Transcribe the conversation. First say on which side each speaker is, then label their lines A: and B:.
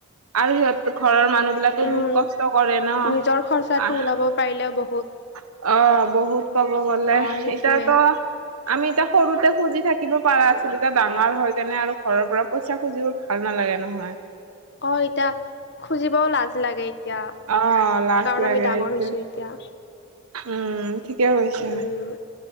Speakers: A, on the right; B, on the left.
A: আৰু সিহঁত ঘৰৰ মানুহ বিলাকো
B: উম,
A: বহুত কষ্ট কৰে ন
B: নিজৰ খৰচাটো
A: আহ
B: ওলাব পাৰিলে বহুত
A: অ বহুত কব গলে
B: অ', সেইটোৱে।
A: এতিয়াতো আমি এতিয়া সৰুতে খুজি থাকিব পাৰা আছিলো এতিয়া ডাঙৰ হয় কেনে আৰু ঘৰৰ পৰা পইচা খুজিব ভাল নালাগে নহয় <unintelligible>
B: অ এতিয়া খুজিবও লাজ লাগে এতিয়া
A: অ লাজ
B: কাৰণ
A: লাগে
B: আমি ডাঙৰ
A: এইটো
B: হৈছো এতিয়া
A: উম ঠিকে কৈছা
B: উম